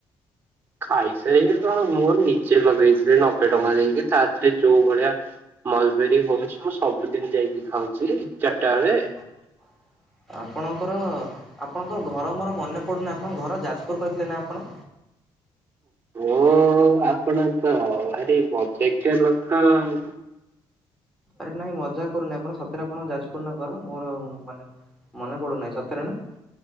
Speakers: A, on the right (about 25°); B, in the centre.
A: ଖାଇସାରିକି କଣ ମୋର ନିଜେ ଲଗେଇଥିଲି ନବେ ଟଙ୍କା ଦେଇକି ତାଥେରେ ଯୋଉ ଭଳିଆ ମଲବେରୀ ହଉଛି ମୁଁ ସବୁଦିନ ଯାଇକି ଖାଉଛି ଚାରିଟା ବେଳେ।
B: <unintelligible> ଆପଣଙ୍କର ଆପଣଙ୍କର ଘର ମୋର ମନେ ପଡ଼ୁନାହିଁ ଆପଣଙ୍କ ଘର ଯାଜପୁର କହିଥିଲେ ନା ଆପଣ?
A: ଓହ ଆପଣ ତ ଭାରି ମଜାକିଆ ଲୋକ ଆଉ।
B: ଆରେ ନାଇଁ ମଜାକ କରୁନି ଆପଣ ସତରେ ଆପଣ ଯାଜପୁର ନା ଘର ମୋର ମାନେ ମନେ ପଡୁନାହିଁ ସତରେ ନା?